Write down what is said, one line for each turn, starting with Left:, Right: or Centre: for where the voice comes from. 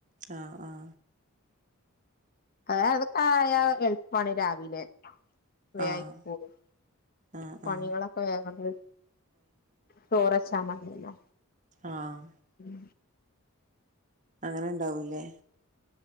Right: ആഹ ആഹ
Left: അതായത് കായ എളുപ്പമാണ് രാവിലെ വേകയ്കോളും
Right: ആഹ് ആഹ്
Left: പണികളൊക്കെ
Right: ആഹ്
Left: വേഗങ്ങട് ചോറച്ചാമതില്ലോ
Right: ആഹ
Left: ഉം
Right: അങ്ങനെ ഉണ്ടാവൂലേ.